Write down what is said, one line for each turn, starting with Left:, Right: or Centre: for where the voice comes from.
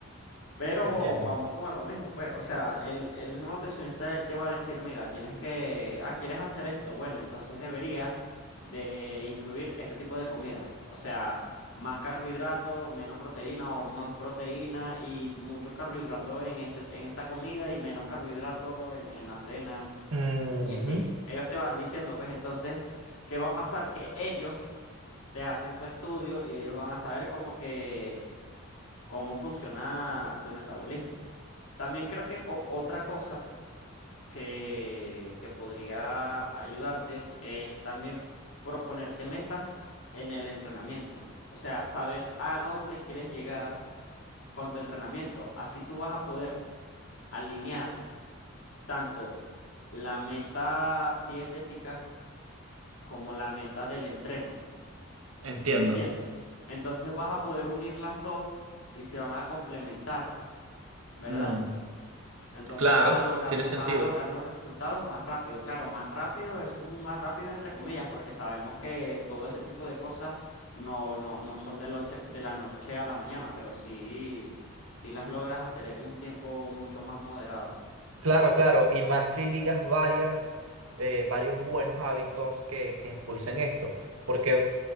Left: Pero
Right: Entiendo.
Left: vamos como a lo mismo, pues, o sea, el, el mismo nutricionista él te va a decir, mira, tienes que, ah, ¿quieres hacer esto? Bueno, entonces deberías de incluir este tipo de comidas, o sea, más carbohidrato, menos proteína o más proteína y mucho carbohidrato en este, en esta comida y menos carbohidrato en, en la cena
Right: Ujú.
Left: y así. Ellos te van diciendo, pues, entonces, ¿qué va a pasar? Que ellos te hacen tu estudio y ellos van a saber como que, cómo funciona tu metabolismo. También creo que o- otra cosa que, que podría ayudarte es también proponerte metas en el entrenamiento. O sea, saber a dónde quieres llegar con tu entrenamiento. Así tú vas a poder alinear tanto la meta dietética como la meta del entreno.
Right: Entiendo.
Left: ¿Sí me entiendes? Entonces vas a poder unir las dos y se van a complementar, ¿verdad?
Right: Mm,
Left: Entonces
Right: claro,
Left: vas a lograr,
Right: tiene
Left: lo-
Right: sentido.
Left: vas a lograr los resultados más rápido. Claro, más rápido, eso es un más rápido entre comillas, porque sabemos que todo este tipo de cosas no, no, no son de, loche- de la noche a la mañana, pero sí, sí las logras hacer en un tiempo mucho más moderado.
Right: Claro, claro, y más si ligas varias, eh, varios buenos hábitos que, que impulsen esto, porque